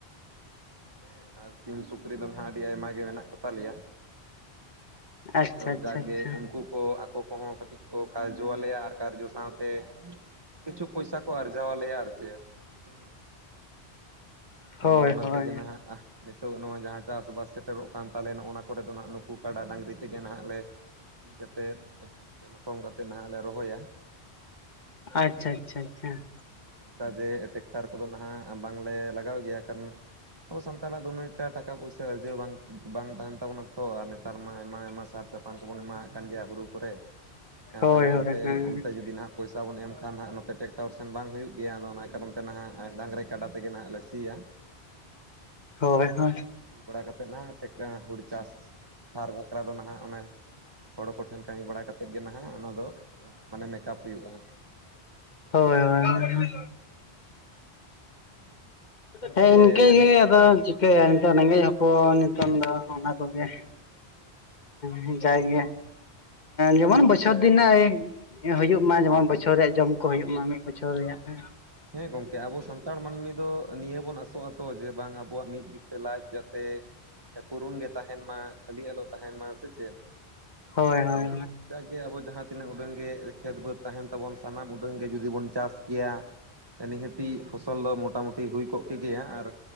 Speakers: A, on the right; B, on the left.
A: <inaudible> ᱦᱮᱸ ᱟᱨ ᱥᱤᱢ ᱥᱩᱠᱨᱤ ᱫᱚ ᱱᱟᱸᱜ ᱟᱹᱰᱤ ᱟᱭᱢᱟ ᱜᱮ ᱢᱮᱱᱟᱜ ᱠᱚ ᱛᱟᱞᱮᱭᱟ
B: ᱟᱪᱪᱷᱟ
A: ᱟᱫᱚ
B: ᱟᱪᱪᱷᱟ
A: ᱡᱟᱜᱮ
B: ᱟᱪᱪᱷᱟ
A: ᱩᱱᱠᱩ ᱠᱚ ᱟᱠᱚ ᱠᱚᱦᱚᱸ ᱠᱟᱹᱴᱤᱡ ᱠᱚ ᱠᱟᱨᱡᱚᱣᱟᱞᱮᱭᱟ ᱟᱨ ᱠᱟᱨᱡᱚ ᱥᱟᱶᱛᱮ ᱠᱤᱪᱷᱩ ᱯᱩᱭᱥᱟ ᱠᱚ ᱟᱨᱡᱟᱣᱟᱞᱮᱭᱟ ᱟᱨ ᱪᱮᱫ ᱦᱩᱸ
B: ᱦᱳᱭ
A: ᱟᱫᱚ ᱚᱱᱟ
B: ᱦᱳᱭ
A: ᱛᱮᱜᱮ ᱱᱟᱦᱟᱜ ᱛᱚᱜ ᱱᱚᱣᱟ ᱡᱟᱦᱟᱸ ᱪᱟᱥᱵᱟᱥ ᱥᱮᱴᱮᱨᱚᱜ ᱠᱟᱱ ᱛᱟᱞᱮ ᱱᱚᱣᱟ ᱱᱚᱜ ᱠᱚᱨᱮ ᱫᱚ ᱱᱟᱸᱜ ᱱᱩᱠᱩ ᱠᱟᱰᱟ ᱰᱟᱝᱨᱤ ᱛᱮᱜᱮ ᱱᱟᱦᱟᱜ ᱞᱮ ᱥᱤ ᱠᱟᱛᱮᱫ ᱞᱚᱴᱚᱢ ᱠᱟᱛᱮᱫ ᱱᱟᱦᱟᱜ ᱞᱮ ᱨᱚᱦᱚᱭᱟ᱾
B: ᱟᱪᱪᱷᱟ ᱟᱪᱪᱷᱟ ᱟᱪᱪᱷᱟ ᱟᱪᱪᱷᱟ᱾
A: ᱦᱮᱸ ᱚᱱᱠᱟ ᱡᱮ ᱴᱮᱠᱴᱟᱨ ᱠᱚᱫᱚ ᱱᱟᱦᱟᱜ ᱵᱟᱝᱞᱮ ᱞᱟᱜᱟᱣ ᱜᱮᱭᱟ ᱠᱟᱨᱚᱱ ᱟᱵᱚ ᱥᱟᱱᱛᱟᱲᱟᱜ ᱫᱚ ᱩᱱᱟᱹᱜ ᱮᱠᱴᱟ ᱴᱟᱠᱟ ᱯᱩᱭᱥᱟᱹ ᱟᱨᱡᱟᱹᱣ ᱵᱟᱝ ᱵᱟᱝ ᱛᱟᱦᱮᱱ ᱛᱟᱵᱚᱱᱟ ᱛᱚ ᱟᱨ ᱱᱮᱛᱟᱨ ᱢᱟ ᱟᱭᱢᱟ ᱟᱭᱢᱟ ᱥᱟᱨ ᱥᱟᱯᱟᱝ ᱠᱚᱵᱚᱱ ᱮᱢᱟᱜ ᱠᱟᱱ ᱜᱮᱭᱟ ᱦᱩᱲᱩ ᱠᱚᱨᱮ᱾ ᱦᱮᱸ
B: ᱦᱳᱭ
A: ᱛᱟᱦᱞᱮ
B: ᱦᱳᱭ
A: ᱚᱱᱛᱮ
B: ᱦᱮᱸ
A: ᱚᱱᱛᱮ ᱡᱩᱫᱤ ᱱᱟᱸᱜ ᱯᱚᱭᱥᱟ ᱵᱚᱱ ᱮᱢ ᱠᱷᱟᱱ ᱦᱟᱸᱜ ᱱᱚᱛᱮ <inaudible> ᱚᱨ ᱥᱮᱱ ᱵᱟᱝ ᱦᱩᱭᱩᱜ ᱜᱮᱭᱟ ᱟᱫᱚ ᱚᱱᱟ ᱠᱟᱨᱚᱱ ᱛᱮ ᱱᱟᱦᱟᱜ ᱰᱟᱝᱨᱤ ᱠᱟᱰᱟ ᱛᱮᱜᱮ ᱱᱟᱦᱟᱜ ᱞᱮ ᱥᱤᱭᱟ
B: ᱦᱳᱭ ᱦᱳᱭ
A: ᱟᱨ ᱵᱟᱲᱟ ᱠᱟᱛᱮᱫ ᱱᱟᱸᱜ <unintelligible> ᱦᱩᱲᱩ ᱪᱟᱥ ᱥᱟᱨ ᱵᱟᱠᱷᱨᱟ ᱫᱚ ᱱᱟᱦᱟᱜ ᱚᱱᱮ᱾ ᱦᱚᱲ ᱠᱚᱴᱷᱮᱱ ᱠᱟᱹᱢᱤ ᱵᱟᱲᱟ ᱠᱟᱛᱮᱜ ᱜᱮ ᱱᱟᱦᱟᱜ ᱚᱱᱟ ᱫᱚ ᱢᱟᱱᱮ ᱢᱮᱠᱟᱯ ᱦᱩᱭᱩᱜᱼᱟ
B: ᱦᱳᱭ ᱦᱳᱭ᱾
A: <unintelligible> ᱜᱚᱝᱠᱮ
B: ᱦᱮᱸ ᱤᱱᱠᱟᱹ
A: ᱢᱮᱱ
B: ᱜᱮ
A: ᱦᱮᱸ
B: ᱟᱫᱚ ᱪᱤᱠᱟᱹᱭᱟ ᱱᱤᱛᱚᱜ ᱨᱮᱸᱜᱮᱡ ᱦᱚᱯᱚᱱ ᱱᱤᱛᱚᱝ ᱫᱚ ᱚᱱᱟ ᱠᱚᱜᱮ
A: ᱦᱮᱸ ᱦᱮᱸ
B: ᱦᱮᱸ ᱡᱟᱭ ᱜᱮᱸ ᱡᱮᱢᱚᱱ
A: ᱟᱪᱪᱷᱟ ᱜᱚᱝᱠᱮ
B: ᱵᱚᱪᱷᱚᱨ ᱫᱤᱱ <inaudible> ᱦᱩᱭᱩᱜ ᱢᱟ ᱡᱮᱢᱚᱱ ᱵᱚᱪᱷᱚᱨ ᱨᱮᱭᱟᱜ ᱡᱚᱢ ᱠᱚ ᱦᱩᱭᱩᱜ ᱢᱟ ᱢᱤᱫ ᱵᱚᱪᱷᱚᱨ ᱨᱮᱭᱟᱜ ᱦᱮᱸ
A: ᱦᱮᱸ ᱜᱚᱝᱠᱮ ᱟᱵᱚ ᱥᱟᱱᱛᱟᱲ ᱢᱟᱹᱱᱢᱤ ᱫᱚ ᱱᱤᱭᱟᱹ ᱵᱚᱱ ᱟᱥᱚᱜ ᱟᱛᱚ ᱡᱮ ᱵᱟᱝ ᱟᱵᱚᱣᱟᱜ ᱢᱤᱫ ᱠᱤᱛᱟᱹ ᱞᱟᱡ ᱡᱟᱛᱮ ᱯᱩᱨᱩᱱ ᱜᱮ ᱛᱟᱦᱮᱱ ᱢᱟ ᱠᱷᱟᱹᱞᱤ ᱟᱞᱚ ᱛᱟᱦᱮᱱ ᱢᱟ ᱥᱮ ᱪᱮᱫ ᱦᱮᱸ
B: ᱦᱳᱭ ᱦᱳᱭ
A: ᱟᱨ ᱡᱟ ᱟᱵᱚ ᱡᱟᱦᱟᱸ ᱛᱤᱱᱟᱹᱜ ᱩᱰᱟᱹᱝ ᱜᱮ ᱠᱷᱮᱛ ᱵᱟᱹᱫᱽ ᱛᱟᱦᱮᱱ ᱛᱟᱵᱚᱱ ᱥᱟᱱᱟᱢ ᱩᱰᱟᱹᱝ ᱜᱮ ᱡᱩᱫᱤ ᱵᱚᱱ ᱪᱟᱥ ᱠᱮᱭᱟ ᱱᱤᱦᱟᱹᱛᱤ ᱯᱷᱚᱥᱚᱞ ᱫᱚ ᱢᱳᱴᱟᱢᱩᱴᱤ ᱦᱩᱭ ᱠᱚᱜ ᱠᱮᱜ ᱜᱮᱭᱟ ᱟᱨ